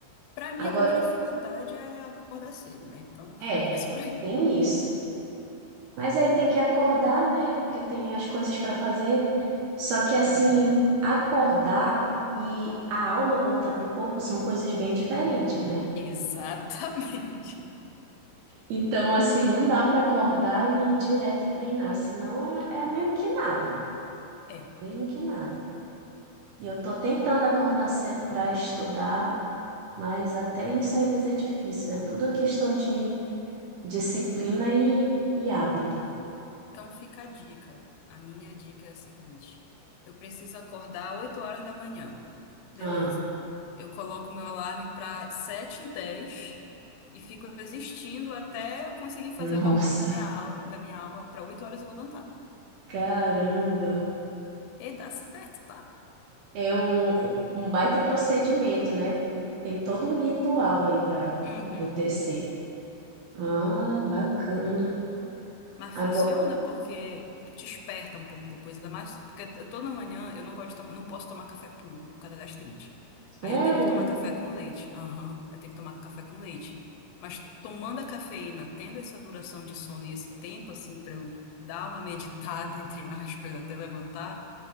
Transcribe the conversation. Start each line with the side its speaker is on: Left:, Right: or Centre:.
Left: Pra
Right: Agora,
Left: mim, a primeira dificuldade é acordar cedo, né? Então, <laughs>
Right: é,
Left: já começa por aí.
Right: tem isso. Mas aí tem que acordar, né? Porque tem as coisas para fazer. Só que assim,
Left: Uhum.
Right: acordar e a alma voltar pro corpo são coisas bem diferentes, né?
Left: Exatamente. <laughs>
Right: Então, assim, não dá para acordar e ir direto treinar, senão é, é mesmo que nada,
Left: É.
Right: mesmo que nada. E eu tô tentando acordar cedo para estudar, mas até isso às vezes é difícil. É tudo questão de disciplina e, e hábito.
Left: Então, fica a dica. A minha dica é a seguinte: eu preciso acordar 8 horas da manhã. Beleza.
Right: Ah,
Left: Eu coloco meu alarme para sete h 10 e fico existindo até eu conseguir
Right: <laughs>
Left: fazer
Right: nossa,
Left: o download da minha, al da minha alma para 8 horas eu levantar.
Right: caramba.
Left: E dá certo, tá?
Right: É um, um baita procedimento, né? Tem, tem todo um ritual aí para
Left: Uhum.
Right: acontecer. Ah, bacana.
Left: Mas
Right: Agora,
Left: funciona porque desperta um pouco depois, ainda mais porque eu- toda manhã eu não gosto de tomar, não posso tomar café puro por causa da gastrite.
Right: sério?
Left: Aí eu tenho que tomar café com leite. Aham, eu tenho que tomar café com leite. Mas tomando a cafeína, tendo essa duração de sono e esse tempo assim pra eu dar uma meditada <laughs> entre aspas até levantar,